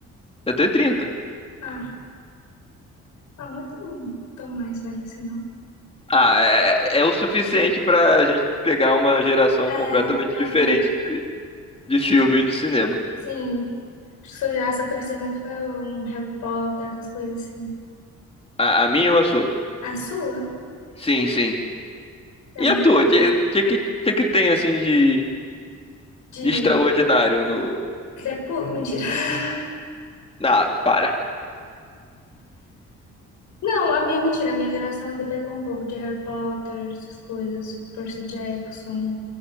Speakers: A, on the left; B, on the left.
A: Eu tenho trinta
B: Ah, ah, não é tão, tão mais velho assim, não.
A: Ah, é, é o suficiente pra gente pegar uma geração
B: É,
A: completamente
B: realmente.
A: diferente de, de filmes do cinema.
B: Sim. Acho que sua geração cresceu muito com um Harry Potter, essas coisas assim.
A: A, a minha ou a sua?
B: A sua?
A: Sim, sim.
B: A
A: E
B: minha
A: a tua? O que, que, que que que tem, assim, de,
B: de
A: de extraordinário no...
B: Crepúsculo. Mentira. <laughs>
A: Ah, para.
B: Não, a minha mentira. A minha geração ainda pegou um pouco de Harry Potter, essas coisas. Percy Jackson.